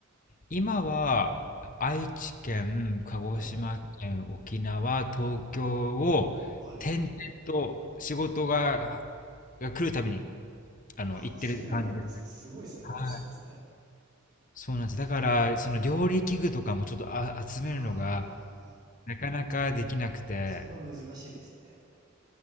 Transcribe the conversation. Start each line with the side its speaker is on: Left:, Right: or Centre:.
Left: 今は愛知県鹿児島県沖縄東京を転々と仕事が
Right: はい。はい。
Left: が来るためにあの行ってる感じです
Right: あ、そうなんですね。すごい生活してますね。
Left: はい、そうなんです。だから、その料理器具とかもちょっとあ集めるのが、
Right: あー、
Left: なかなかできなくて、
Right: それは難しいですね。